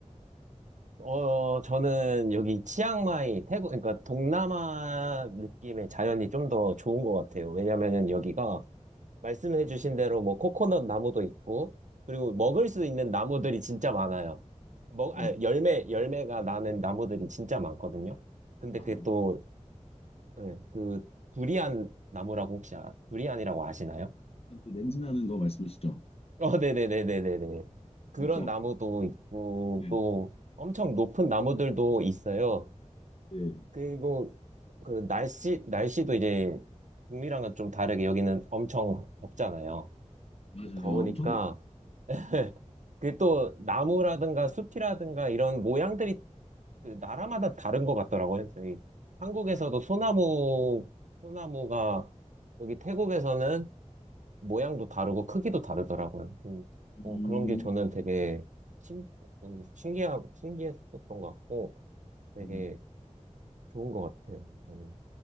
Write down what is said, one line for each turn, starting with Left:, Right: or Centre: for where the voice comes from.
Right: 어, 저는 여기 치앙마이, 태국, 그러니까 동남아 느낌의 자연이 좀 더 좋은 것 같아요. 왜냐면은 여기가 말씀해주신 대로 뭐 코코넛 나무도 있고, 그리고 먹을 수 있는 나무들이 진짜 많아요. 먹,
Left: 네.
Right: 아, 열매, 열매가 나는 나무들이 진짜 많거든요. 근데
Left: 아,
Right: 그게 또 네, 그 두리안 나무라고 혹시 아, 두리안이라고 아시나요?
Left: 또 냄새 나는 거 말씀이시죠?
Right: 어, 네네네네네네. 그런
Left: 진짜.
Right: 나무도 있고
Left: 네.
Right: 또 엄청 높은 나무들도 있어요.
Left: 네.
Right: 그리고 그 날씨 날씨도 이제 북미랑은 좀 다르게 여기는 엄청 덥잖아요.
Left: 맞아요.
Right: 더우니까
Left: 엄청 덥.
Right: <laughs> 그 또 나무라든가 숲이라든가 이런 모양들이 그 나라마다 다른 것 같더라고요. 저희 한국에서도 소나무 소나무가 여기 태국에서는 모양도 다르고 크기도 다르더라고요. 음,
Left: 음.
Right: 어, 그런 게 저는 되게 신, 음, 신기하, 신기했었던 것 같고 되게
Left: 음.
Right: 좋은 것 같아요. 저는